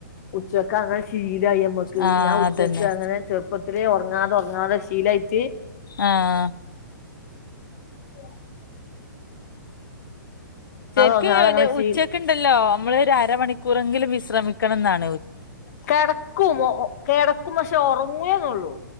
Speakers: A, on the left (about 50°); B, on the left (about 80°).
A: ഉച്ചക്ക അങ്ങനെ ശീലായി അമ്മക്ക്
B: ആഹ്
A: ഞാൻ ഉച്ചക്ക്
B: അതന്നെ
A: അങ്ങനെ ചെറുപ്പത്തില് ഉറങ്ങാതെ ഉറങ്ങാതെ ശീലായിട്ട്
B: ആഹ്
A: ച്ച
B: ശരിക്ക
A: ഉറങ്ങാതെ അങ്ങനെ
B: ഉച്ചക്ക
A: ശീ
B: ഉണ്ടല്ലോ നമ്മൾ ഒരു അരമണിക്കൂറെങ്കിലും വിശ്രമിക്കണംാണ്
A: കിടക്കുമോ കട ഒക്കും മക്ഷേ ഉറങ്ങുവേന്നള്ളൂ